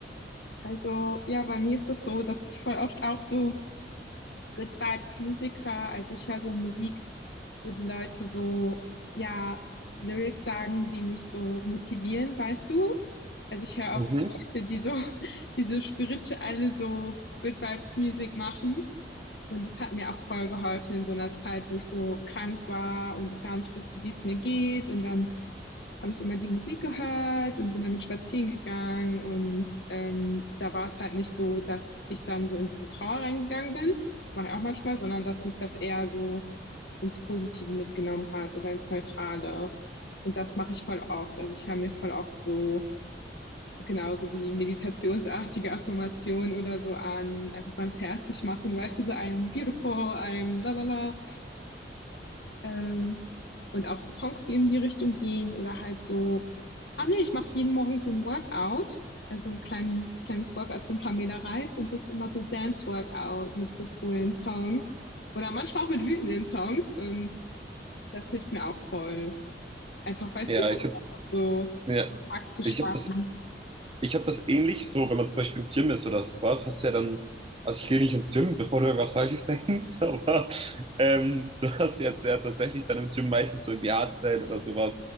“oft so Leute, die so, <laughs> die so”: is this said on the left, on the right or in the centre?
Left